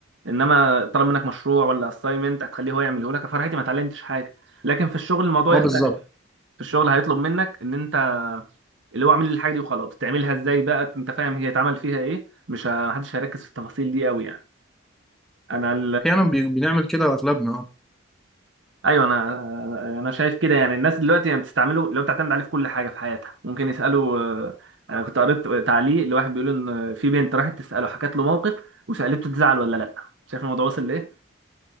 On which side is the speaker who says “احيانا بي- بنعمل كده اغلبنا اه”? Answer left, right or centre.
Centre